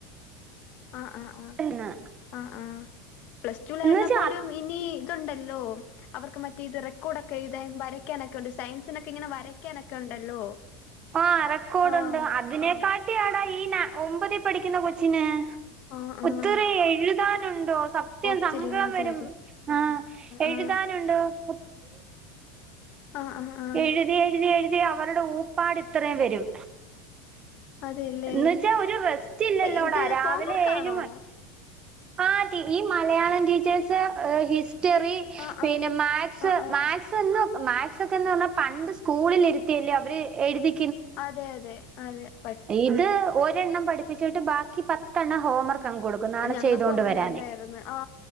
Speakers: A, on the left; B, on the right.
A: ആ ആ ആ
B: ടീച്ചർന്ന്
A: ആ ആ പ്ലസ്ടുലായിരുന്നപോലും
B: എന്ന് വെച്ചാ
A: ഇനി ഉണ്ടല്ലോ അവർക്ക് മറ്റേ ഇത് റെക്കോർഡൊക്കെ ഇത് വരയ്ക്കാനൊക്കെ ഉണ്ട് സയൻസിനൊക്കെ ഇങ്ങനെ വരയ്ക്കാനൊക്കെ ഉണ്ടല്ലോ
B: ആ റെക്കോർഡുണ്ട്
A: ആഹ്
B: അതിനെക്കാട്ടി
A: ആഹ്
B: അട ഈ ന ഒമ്പതിൽ പഠിക്കുന്ന കൊച്ചിന്
A: ആഹ് ആഹ്
B: ഒത്തിരി എഴുതാനുണ്ടോ സത്യം
A: ഒത്തിരി
B: സങ്കടം
A: അതെ
B: വരും
A: അതെ
B: ആ എഴുതാനുണ്ട്
A: ആഹ്
B: ഓ
A: ആഹ് ആഹ് ആഹ്
B: എഴുതി എഴുതി എഴുതി അവരുടെ ഊ പാട് ഇത്രയും വരും
A: അതെല്ലേ
B: എന്ന് വച്ചാ ഒരു റെസ്റ്റ് ഇല്ലല്ലോടാ
A: ഇത്
B: രാവിലെ
A: ഹോംവർക്കാണോ
B: ഏഴ്മണി ആ ഈ മലയാളം ടീച്ചേഴ്സ് ഹിസ് ഹിസ്റ്ററി
A: ആഹ്
B: പിന്നെ
A: ആഹ്
B: മാത്സ്
A: ആഹ് ആഹ്
B: മാത്സ് എന്ന് മാത്സ് ഒക്കെന്ന് പറഞ്ഞാൽ പണ്ട് സ്കൂളിലിരുത്തിയല്ലേ അവര് എഴുതി
A: അതെ അതെ അതെ പ
B: അത് ഒരെണ്ണം പഠിപ്പിച്ചിട്ട് ബാക്കി പത്തെണ്ണം ഹോംവർക്ക് അങ്ങ് കൊടുക്കും നാളെ
A: ഞങ്ങൾക്കും
B: ചെയ്തോണ്ട്
A: അങ്ങനെ
B: വരാനേ
A: ഉണ്ടായിരുന്നു ആ്